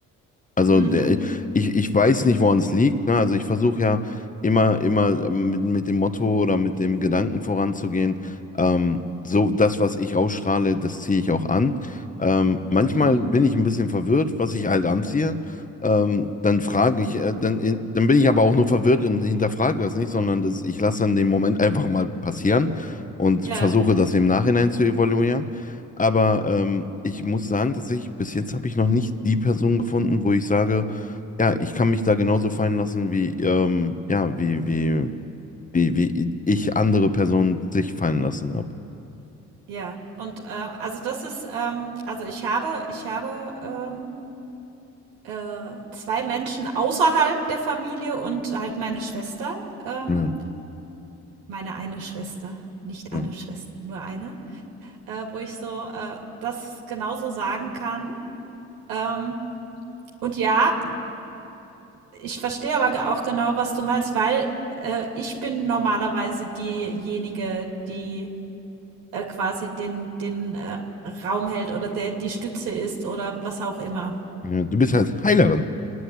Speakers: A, on the left (about 25°); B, on the right (about 85°).
A: Also
B: Mhm.
A: der, ich, ich weiß nicht, woran es liegt. Ne? Also ich versuche ja immer, immer ähm, mit, mit dem Motto oder mit dem Gedanken voranzugehen. Ähm, so das, was ich ausstrahle, das ziehe ich auch an. Ähm, manchmal
B: Mhm.
A: bin ich ein bisschen verwirrt, was ich halt anziehe. Ähm, dann frage ich, äh, dann, in- dann bin ich aber auch nur verwirrt und hinterfrage das nicht, sondern das, ich lasse dann den Moment einfach mal passieren und
B: Ja,
A: versuche das im Nachhinein zu evaluieren. Aber ähm, ich muss sagen, tatsächlich, bis jetzt habe ich noch nicht die Person gefunden, wo ich sage, ja, ich kann mich da genauso fallen lassen, wie, ähm, ja, wie, wie, wie, wie ich andere Personen sich fallen lassen habe.
B: ja. Und, äh, also, das ist, ähm also, ich habe ich habe, ähm, äh, 2 Menschen außerhalb der Familie und halt meine Schwester, ähm
A: Ja,
B: meine eine Schwester, nicht
A: ja,
B: alle Schwestern, nur eine, äh, wo ich so, äh, das genauso sagen kann. Ähm, und ja, ich verstehe aber ge auch genau, was du meinst, weil, äh, ich bin normalerweise diejenige, die äh, quasi den, den äh, Raum hält oder der die Stütze ist oder was auch immer.
A: ja. Du bist halt Heilerin.